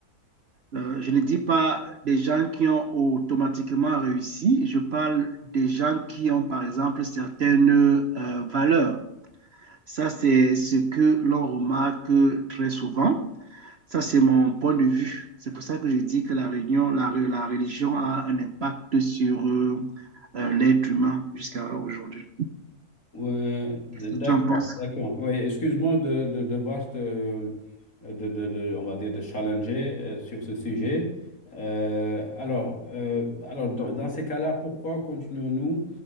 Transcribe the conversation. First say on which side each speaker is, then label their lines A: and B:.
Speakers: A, on the right (about 50°); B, on the left (about 60°).
A: Euh, je ne dis pas des gens qui ont automatiquement réussi, je parle des gens qui ont par exemple certaines euh, valeurs. Ça, c'est ce que l'on remarque très souvent. Ça, c'est mon point de vue. C'est pour ça que je dis que la réunion, la, la religion a un impact sur euh, euh, l'être humain jusqu'à aujourd'hui.
B: Ouais, d-
A: Qu'est-ce que
B: d'accord,
A: tu en penses?
B: d'accord. Oui, excuse-moi de, de devoir te, euh, de, de, de- on va dire, de challenger euh, sur ce sujet. Euh, alors, euh, alors dans, dans ces cas-là, pourquoi continuons-nous